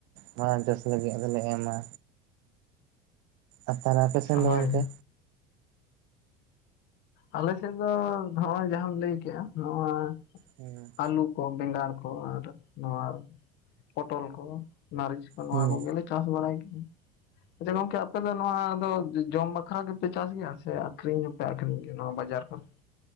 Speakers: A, on the right (about 65°); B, on the left (about 60°).
A: ᱢᱟ ᱪᱟᱥ ᱞᱟᱹᱜᱤᱫ ᱫᱚᱞᱮ ᱮᱢᱟ ᱟᱨ ᱛᱟᱨᱟ ᱟᱯᱮ ᱥᱮᱱ
B: ᱦᱳᱭ
A: ᱫᱚ ᱜᱚᱝᱠᱮ
B: ᱟᱞᱮ ᱥᱮᱫ ᱫᱚ ᱱᱚᱜᱼᱚᱭ ᱡᱟᱦᱟᱢ ᱞᱟᱹᱭ ᱠᱮᱜᱼᱟ ᱱᱚᱜ-ᱚᱭ
A: ᱦᱮᱸ
B: ᱟᱹᱞᱩ ᱠᱚ ᱵᱮᱸᱜᱟᱲ ᱠᱚ ᱟᱨ ᱱᱚᱣᱟ ᱯᱚᱴᱚᱞ ᱠᱚ ᱢᱟᱹᱨᱤᱪ ᱠᱚ ᱱᱚᱣᱟ
A: ᱦᱩᱸ
B: ᱠᱚᱜᱮᱞᱮ ᱪᱟᱥ ᱵᱟᱲᱟᱭ ᱜᱤ ᱟᱪᱪᱷᱟ ᱜᱚᱢᱠᱮ ᱟᱯᱮ ᱫᱚ ᱱᱚᱶᱟ ᱫᱚ ᱡᱚᱢ ᱠᱷᱟᱲᱟᱝ ᱜᱮᱯᱮ ᱪᱟᱥ ᱜᱮᱭᱟ ᱥᱮ ᱟᱠᱷᱨᱤᱧ ᱦᱚᱸᱯᱮ ᱟᱠᱷᱨᱤᱧ ᱜᱮᱭᱟ ᱱᱚᱣᱟ ᱵᱟᱡᱟᱨ ᱠᱷᱚᱱ